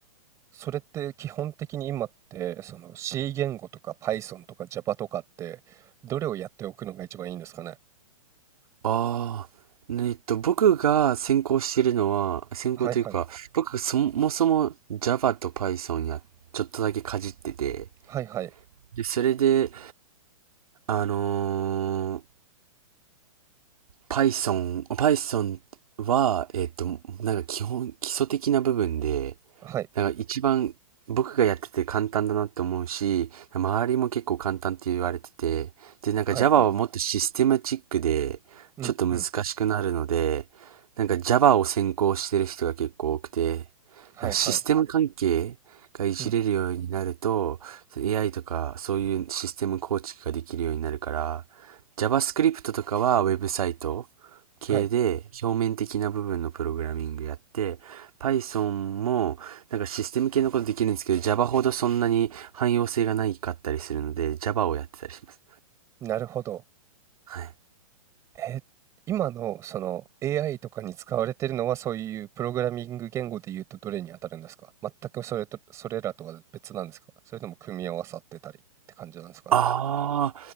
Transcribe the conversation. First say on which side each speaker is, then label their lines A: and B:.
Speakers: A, on the right; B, on the right.
A: それって基本的に今って、その C 言語とか Python とか Java とかって、どれをやっておくのが一番いいんですかね。
B: ああ、ねえっと、僕が専攻してるのは、専攻というか、
A: はいはい。
B: 僕がそもそも Java と Python やちょっとだけかじってて、
A: はいはい。
B: で、それで、あのー Python、Python は、えっと、なんか基本、基礎的な部分で、
A: はい。
B: なんか一番僕がやってて簡単だなって思うし、周りも結構簡単って言われてて、で、なんか
A: はいはい。
B: Java はもっとシステマチックで、
A: うんうん。
B: ちょっと難しくなるので、なんか Java を専攻してる人が結構多くて、
A: はいはい。
B: なんかシステム関係がいじれるようになると、
A: うん。
B: AI とかそういうシステム構築ができるようになるから、JavaScript とかはウェブサイト系で表面的な部分のプログラミングやって、
A: はい。
B: Python もなんかシステム系のことできるんですけど、Java ほどそんなに汎用性がないかったりするので、Java をやってたりします。
A: なるほど。
B: はい。
A: えー、今のその AI とかに使われてるのはそういうプログラミング言語で言うとどれに当たるんですか全くそれと、それらとは別なんですかそれとも組み合わさってたりって感じなんですかね。
B: あ